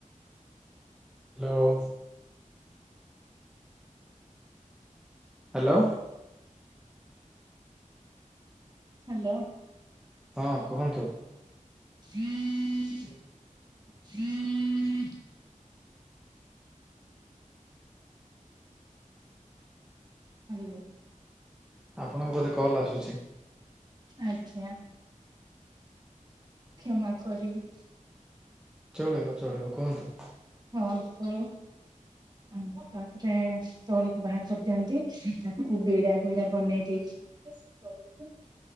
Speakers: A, in the centre; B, on the right.
A: ହ୍ୟାଲୋ। ହାଲୋ।
B: ହ୍ୟାଲୋ।
A: ହଁ କୁହନ୍ତୁ।
B: <unintelligible> Hello hello.
A: ଆପଣଙ୍କ ବୋଧେ କଲ୍ ଆସୁଛି।
B: ଆଜ୍ଞା। କ୍ଷମା କରିବେ।
A: ଚଳିବ ଚଳିବ କୁହନ୍ତୁ।
B: ହଁ ତ ଆମ ତାପରେ ତଳିକୁ ବାହାର କରିଦିଅନ୍ତି। ତାକୁ ବିଡା ବିଡା ବନେଇ ଦେଇଥାନ୍ତି ସେ ତଳିକୁ।